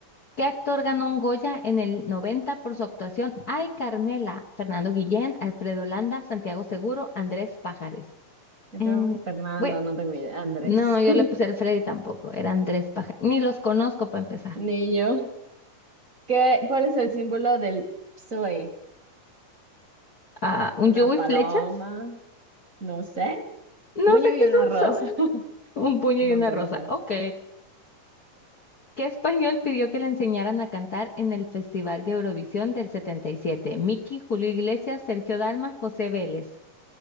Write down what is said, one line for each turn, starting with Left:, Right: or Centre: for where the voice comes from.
Left: ¿Qué actor ganó un Goya en el 90 por su actuación? Ay, Carmela. Fernando Guillén, Alfredo Landa, Santiago Seguro, Andrés Pájares.
Right: Yo
Left: Eh,
Right: creo Fernando,
Left: bueno,
Right: no tengo idea. Andrés.
Left: no, yo
Right: <laughs>
Left: le puse Alfredo y tampoco. Era Andrés Pájares. Ni los conozco para empezar.
Right: Ni yo. ¿Qué, cuál es el símbolo del PSOE?
Left: Ah, ¿un
Right: ¿Una
Left: yugo
Right: paloma?
Left: y flechas?
Right: No sé.
Left: No
Right: Puño
Left: sé
Right: y
Left: qué
Right: una
Left: es un
Right: rosa.
Left: sol.
Right: <laughs>
Left: Un puño
Right: Yo
Left: y
Right: tampoco.
Left: una rosa. Ok. ¿Qué español pidió que le enseñaran a cantar en el Festival de Eurovisión del 77? Miki, Julio Iglesias, Sergio Dalma, José Vélez.